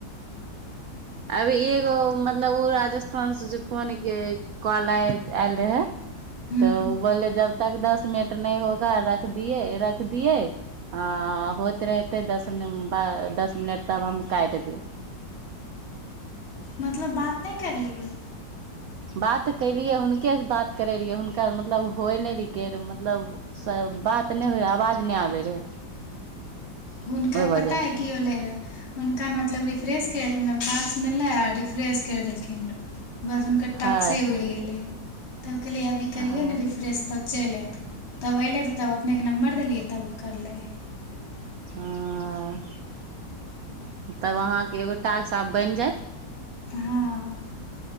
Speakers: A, on the right; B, on the left.
A: अभी एगो मतलब ओ राजस्थानसँ जे फोनके कॉल आय आयल रहय
B: हुँ
A: तऽ ओ बोलले जब तक दस मिनट नहि होगा रख दियै रख दियै आ होइत रहतै दसिन दस मिनट तब हम काटि दे
B: मतलब बात नहि करली
A: बात कलियै हुनके से बात करैत रहियै हुनका मतलब होइ नहि रहििकै मतलब बात नहि होइ रह आवाज नहि आबैत रहै
B: हुनका
A: ओहि वजहसँ
B: पता है की होलै रहऽ हुनका मतलब रिफ्रेश टस म आ िफ्रे क देलकन बस हुनके
A: हइ
B: टक्से उड़ि गेले तब कहलियए अभी करियो
A: आ
B: ने रिफ्रेश तऽ चलि आएतै तब अयलै तऽ तब अपनेके नम्बर देलियै तब ओ करलै
A: ह तब अहाँके एगो टाकसँ आ बनि जायत
B: हँ